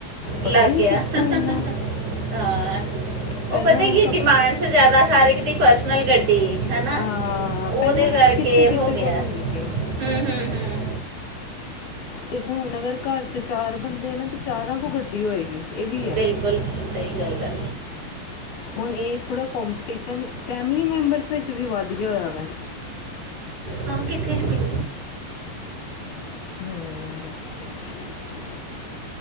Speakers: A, on the left (about 70°); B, on the right (about 45°).
A: ਪਤਾ
B: ਲੱਗ
A: ਹੀ ਨਹੀਂ
B: ਗੇਆ
A: ਕਿੱਥੋਂ
B: <unintelligible>
A: ਇੰਨਾ
B: ਹਾਂ ਓ
A: ਪਹਿਲਾਂ
B: ਪਤਾ ਕੀ
A: ਕ
B: ਡਿਮਾਂਡਸ ਜੈਦਾ ਹਰ ਇਕ ਦੀ ਪਰਸਨਲ ਗੱਡੀ। ਹੈਨਾ
A: ਹਾਂ ਪਹਿਲਾਂ
B: ਓਦੇ ਕਰਕੇ
A: ਕਿਸੇ ਕਿਸੇ
B: ਹੋ ਗੇਆ।
A: ਕੋਲ ਹੁੰਦੀ ਸੀ
B: ਹੂੰ, ਹੂੰ, ਹੂੰ
A: ਤੇ ਹੁਨ ਅਗਰ ਘਰ ਚ ਚਾਰ ਬੰਦੇ ਨਾ, ਤੇ ਚਾਰਾ ਕੋ ਗੱਡੀ ਹੋਏਗੀ। ਇਹ ਵੀ ਹੈ
B: ਬਿਲਕੁਲ ਸਹੀ ਗੱਲ। ਹੈ
A: ਹੁਨ ਏ ਥੋੜਾ ਕੋਪੀਟੀਸ਼ਨ ਫੈਮਲੀ ਮੈਂਬਰਸ ਵਿੱਚ ਵੀ ਵੱਧ ਗਿਆ <inaudible> ਵਾ।
B: ਹਾਂ ਕਿੱਥੇ <inaudible> ਹੂੰ।
A: ਹੂੰ।